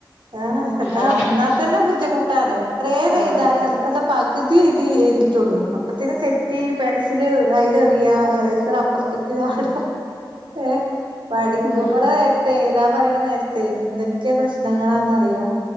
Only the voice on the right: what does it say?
ആ എന്നാ
തന്നെ ബുദ്ധിമുട്ടാണ് എത്രോന്ന്
എഴുതാനും ഇപ്പ തി എഴുതി എഴുതിട്ടുള്ളു അപ്പതേക് തെറ്റി പെൻസില് അയില് എറിയ ഇറൈസർ അപ്പുറത്തേക്ക് ആട <unintelligible> പറയുന്ന
നേരത്തെ എന്തൊക്കെ പ്രശ്നം നങ്ങളാന്ന് അറിയോ